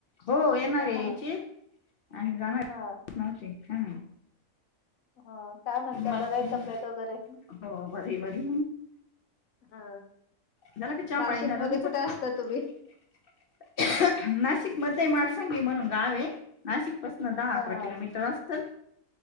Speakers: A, on the left; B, on the left.
A: हो येणारे
B: हा हा
A: याची आणि जाणार
B: हा
A: न्हवते ह
B: ह काय म्हणताय
A: मग
B: बर आहे तब्येत वगैरे
A: हो बरी बरी
B: हा
A: झाला का चहा
B: नाशिकमध्ये
A: पाणी झालं तुमचा
B: कुठे
A: नाही
B: असता तुम्ही?
A: नाशिक मध्ये मासंगी म्हणून गाव आहे नाशिक पासन दहा अकरा
B: हा हा
A: किलोमीटर असल